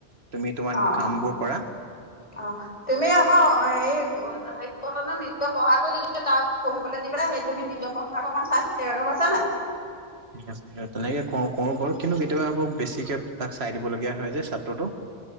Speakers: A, on the right; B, on the left.
A: তুমি তোমাৰ
B: অ
A: কামবোৰ
B: অ
A: কৰা।
B: অ তুমি আকৌ এই হে ঘটনা নিজৰ পঢ়াটো যদি তাক পঢ়িবলৈ পেলাই সেই তুমি নিজৰ পঢ়াটো অকণমান চাই চাবি গম পাইছা নাই
A: ঠিক আছে তেনেকে ক কৰো বাৰু। কিন্তু কেতিয়াবা আকৌ বেছিকে তাক চাই দিবলগীয়া হয় যে ছাত্ৰটোক।